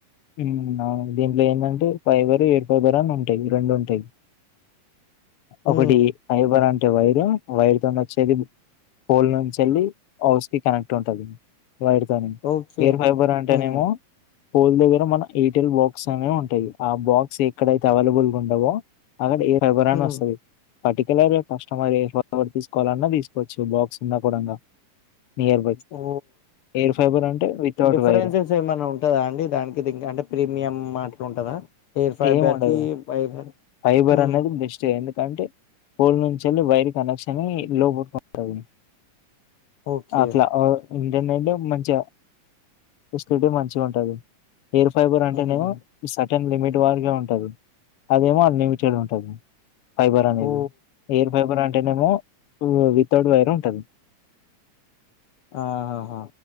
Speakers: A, on the left; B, on the left.
A: ఉమ్, అవును. దీంట్లో ఏంటంటే ఫైబర్ ఎయిర్ ఫైబర్ అని ఉంటాయి రెండు ఉంటాయి ఒకటి
B: ఉమ్
A: ఫైబర్ అంటే వైరు వైర్తో వచ్చేది పూల్ నుంచి వెళ్ళి హౌస్ కనెక్ట్ ఉంటదీ వైరుతో
B: ఓకే
A: ఎయిర్ పైపర్ అంటేనే
B: ఉమ్
A: ఏమో పోల్ దగ్గర మన ఎయిర్టెల్ బాక్స్ అనే ఉంటాయి ఆ బాక్స్ ఎక్కడైతే అవైలబుల్ ఉండవో అక్కడ ఏ రాబర్రా అని
B: ఉమ్
A: వస్తది పర్టిక్యలర్ గా కష్టమైస్ ఏ ఫర్వర్ తీసుకోవాలన్నా తీసుకోవచ్చు బాక్స్ ఉన్నా కూడా నియర్ బై
B: ఓ
A: హెయిర్ ఫైబర్ అంటే వితౌట్
B: డిఫరెన్సెస్
A: వైర్
B: ఏమైన్నా ఉంటదా అండి దానికి దీనికి అంటే ప్రీమియం అట్లా ఉంటదా ఎయిర్ ఫైబర్
A: ఏమి ఉండదు
B: కి ఫైబర్
A: ఫైబర్
B: ఉమ్
A: అనేది బెస్ట్ ఏ ఎందుకంటే పోల్ నుంచి వెళ్ళి వైర్ కనెక్షన్ అయి లోపలికి ఉంటాది
B: ఓకే
A: అట్లా ఓ ఇంకేందంటే మంచిగా ఫెసిలిటీ మంచిగా ఉంటది ఎయిర్ ఫైబర్ అంటేనే
B: ఉహు
A: ఏమో సెటెన్ లిమిట్ వారీగా ఉంటంది అదేమో అన్లిమిటెడ్ ఉంటది ఫైబర్ అనేది
B: ఓ
A: ఎయిర్ ఫైబర్ అంటే అంటేనెమో వితౌట్ వైర్ ఉంటుంది
B: ఆహాహా